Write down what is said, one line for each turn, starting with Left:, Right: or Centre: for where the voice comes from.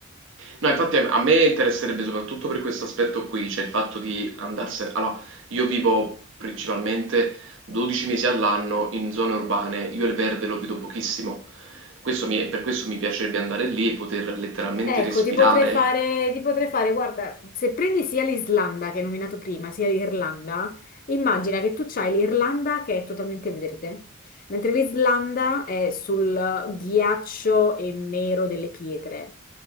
Right: No, infatti a a me interesserebbe soprattutto per questo aspetto qui, cioè il fatto di andarsene... Allora, io vivo principalmente 12 mesi all'anno in zone urbane, io il verde lo vedo pochissimo, questo mi- per questo mi piacerebbe andare lì e poter letteralmente
Left: Ecco,
Right: respirare.
Left: ti potrei fare, ti potrei fare, guarda, se prendi sia l'Islanda che hai nominato prima, sia l'Irlanda, immagina che tu c'hai l'Irlanda che è totalmente verde, mentre l'Islanda è sul ghiaccio e nero delle pietre.